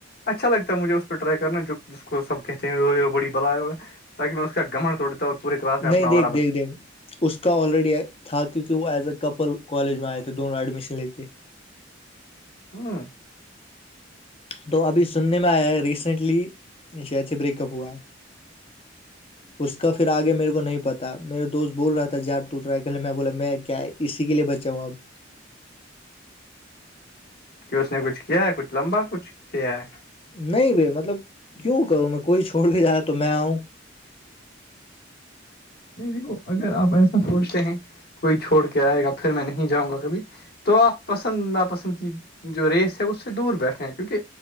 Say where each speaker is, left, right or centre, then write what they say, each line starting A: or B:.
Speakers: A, on the left; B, on the left.
A: اچھا لگتا ہے مھے اس پہ ٹرائی کرنا جو جس کو سب کہتے ہیں بڑی <unintelligible> <unintelligible> اپنا
B: نہیں
A: اورا
B: دیکھ
A: بن
B: دیکھ دیکھ اس کا آلریڈی تھا کیونکہ وہ ایز اے کپل کالج میں آئے تھے دونوں ایڈمیشن لے کے
A: ہاں
B: تو ابھی سننے میں آیا ہے ریسینٹلی شہید سے بریک اپ ہوا ہے اس کا پھر آگے میرے کو نہیں پتاہ میرے دوست بول رہا تھا جاار ٹوٹ رہا ہے کہہلے میں بولا میں کیا ہے <unintelligible> اسی کے لیے بچاؤں آب <unintelligible>
A: کہ اس نے کچھ کیا ہے کچھ لمبا کچھ کیا ہے
B: نہیں ب مطلب کیوں کروں میں کوئی چھوڑ کے جا تو میں آؤں <unintelligible>
A: نہیں دیکھو اگر آپ ایسا سوچتے ہیں کوئی چھوڑ کے آئے گا پھر میں نہیں جاؤں گا کبھی تو آپ پسند ناپسند کی جو ریس ہے اس سے دور بیٹھے ہیں کیونکہ